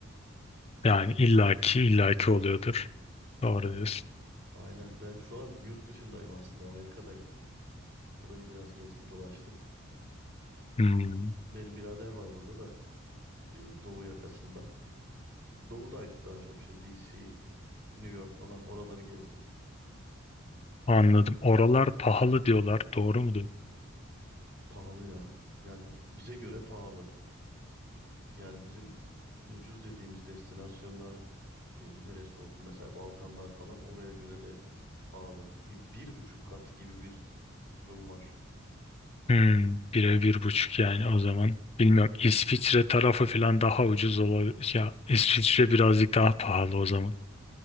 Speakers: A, on the left (about 30°); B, on the right (about 50°).
A: Yani
B: Ee,
A: illaki illaki oluyordur. Doğru
B: aynen.
A: diyorsun.
B: Aynen. Ben şu an yurt dışındayım aslında. Amerika'dayım. Burayı biraz gezdik dolaştık.
A: Hmm,
B: Benim birader var burada da. e, Doğu yakasında. Doğudaydık daha çok işte DC, New York falan oraları gezdik.
A: anladım. Oralar pahalı diyorlar. Doğru mudur?
B: Pahalı ya. Yani bize göre pahalı. Yani bizim ucuz dediğimiz destinasyonlar e, neresi oldu? Mesela Balkanlar falan oraya göre de pahalı. Bir, bir buçuk kat gibi bir durum var.
A: Hmm, bire bir buçuk yani o zaman. Bilmiyorum. İsviçre tarafı falan daha ucuz olabilir. Ya İsviçre birazcık daha pahalı o zaman.